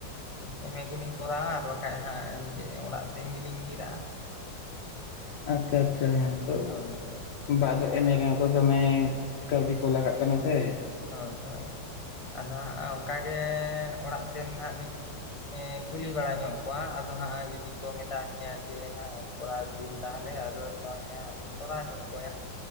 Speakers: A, on the left (about 30°); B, on the left (about 75°).
A: ᱮᱢᱮ ᱠᱚᱞᱤᱧ ᱠᱚᱨᱟᱣᱟ ᱟᱨ ᱵᱟᱠᱷᱟᱡ ᱦᱟᱸᱜ ᱡᱮ ᱚᱲᱟᱜ ᱥᱮᱤᱧ ᱜᱮᱞᱤᱧ ᱧᱤᱨᱟᱜᱼᱟ᱾
B: ᱟᱠᱠᱷᱟ ᱟᱠᱠᱷᱟ ᱦᱮᱸ ᱛᱚ
A: ᱦᱳᱭ ᱦᱳᱭ ᱦᱳᱭ
B: ᱵᱟᱫᱚ ᱮᱢᱮ ᱨᱮᱦᱚ ᱛᱚ ᱫᱚᱢᱮ ᱠᱟᱹᱣᱰᱤ ᱠᱚ ᱞᱟᱜᱟᱜ ᱠᱟᱱᱟ ᱥᱮᱼᱼ
A: ᱦᱳᱭ ᱦᱳᱭ ᱟᱫᱚ ᱦᱟᱸᱜ ᱚᱱᱠᱟᱜᱮ ᱮᱸ ᱚᱲᱟᱜ ᱥᱮᱱ ᱦᱟᱸᱜ ᱞᱤᱧᱼᱼ ᱮᱸ ᱠᱩᱞᱤ ᱵᱟᱲᱟ ᱧᱚᱜ ᱠᱚᱣᱟ ᱟᱫᱚ ᱦᱟᱸᱜ ᱡᱩᱫᱤ ᱠᱚ ᱢᱮᱛᱟ ᱞᱤᱧᱟᱹ ᱡᱮ ᱦᱟᱜ ᱠᱚᱨᱟᱣᱼᱼ ᱦᱩᱭᱤᱧ ᱛᱟᱦᱚᱞᱮ ᱟᱫᱚ ᱛᱟᱦᱮᱭᱟᱜ ᱠᱚᱨᱟᱣ ᱧᱚᱜ ᱜᱚᱭᱟ᱾